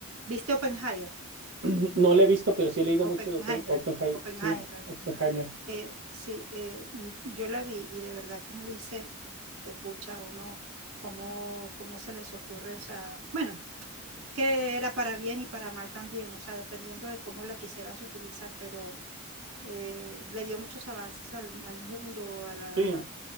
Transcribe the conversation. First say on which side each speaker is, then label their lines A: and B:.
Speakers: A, on the right (about 80°); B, on the right (about 55°).
A: ¿viste Oppenheimer?
B: <clears throat> No la he visto, pero sí he leído
A: Oppenheimer,
B: mucho de Oppen- Oppenhei-
A: Oppenheimer.
B: sí, Oppenheimer.
A: Eh, sí, eh, yo la vi y de verdad que uno dice, fue pucha, uno, ¿cómo, cómo se les ocurre? O sea, bueno, es que era para bien y para mal también, o sea, dependiendo de cómo la quisieras utilizar, pero eh, le dio muchos avances al, al mundo, a la,
B: Sí,
A: a la-